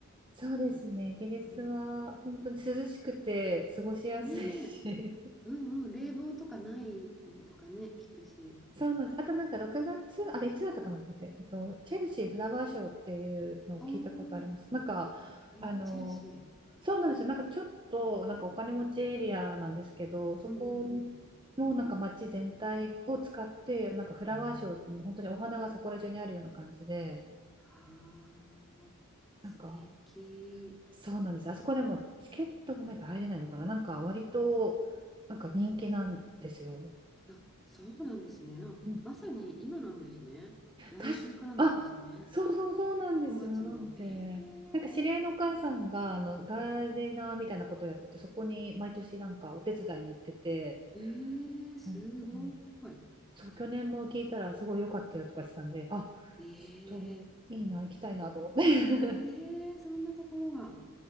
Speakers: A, on the right; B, in the centre.
A: そうですね。イギリスは本当に涼しくて過ごしやすいし。
B: うん。ねえ。
A: <laughs>
B: うんうん。冷房とかないとかね、聞くし。
A: そうなんです。あとなんか6月、あれいつだったかな待って、えっと、チェルシーフラワーショーっていうのを聞いたことあります。
B: おー、
A: なんか、
B: えーチェルシ
A: あの、そうなんですよ。なんかちょっとなんかお金持ちエリアなんですけど、そこ
B: ー。うんうんうん。
A: もなんか街全体を使って、なんかフラワーショーってもう本当にお花がそこら中にあるような感じで、
B: はあ、素敵。
A: なんかそうなんです。あそこでもチケットがないと入れないのかな。なんか割となんか人気なんですよ。
B: あ、そうなんですね。あ、
A: うん、
B: まさに今なんですね。来週からなんですね。
A: たし、あ、そうそうそうなんですよ。
B: 5月の、
A: なんで、
B: えー、
A: なんか知り合いのお母さんがあのガーデナーみたいなことをやってて、そこに毎年なんかお手伝いに行ってて、
B: えー、すごい。
A: うんうんそう、去年も聞いたらすごい良かったよとかしてたんで、あ、
B: えー、
A: ちょっといいな、行きたいなと思って。
B: えー、そんなところは。